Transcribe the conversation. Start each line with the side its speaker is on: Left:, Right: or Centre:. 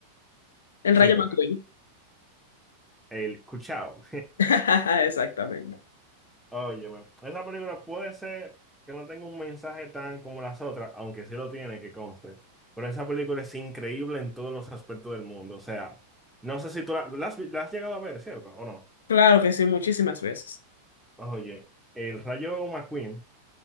Left: el
Centre: Sí,
Left: Rayo
Centre: correcto.
Left: McQueen.
Centre: El Cuchao.
Left: <laughs> Exactamente.
Centre: Óyeme, esa película puede ser que no tenga un mensaje tan como las otras, aunque sí lo tiene, que conste. Pero esa película es increíble en todos los aspectos del mundo. O sea, no sé si tú la, la has, la has llegado a ver, ¿cierto? ¿O no?
Left: Claro que sí, muchísimas veces.
Centre: Pues, Oye, el Rayo McQueen